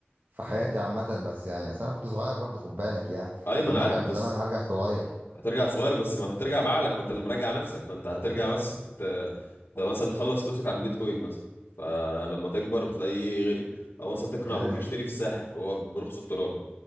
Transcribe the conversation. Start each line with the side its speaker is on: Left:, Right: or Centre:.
Right: في حياتي عامه بس يعني اصل انا كنت صغير برضو خد بالك يعني
Left: ايمن
Right: فانا
Left: عارف
Right: هرجع
Left: بس
Right: بالزمن هرجع صغير
Left: هترجع صغير بس ما هترجع بعقلك ما انت اللي مراجع نفسك فانت هترجع بس ت... ده مثلا تخلص فلوسك على البيتكوين مثلا فلما تكبر تلاقيه غلي او مثلا تقنع
Right: إيه
Left: ابوك
Right: ده؟
Left: يشتري في الساحل وهو برخص التراب